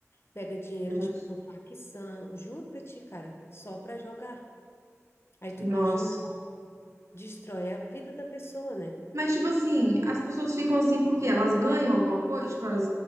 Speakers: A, on the left; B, on the right.
A: Pega dinheiro
B: Meu Deus.
A: tipo com facção, eu juro pra ti, cara, só pra jogar. Aí tu
B: Nossa.
A: imagina destrói a vida da pessoa, né?
B: Mas, tipo assim, as pessoas ficam assim porque elas ganham alguma coisa, tipo, elas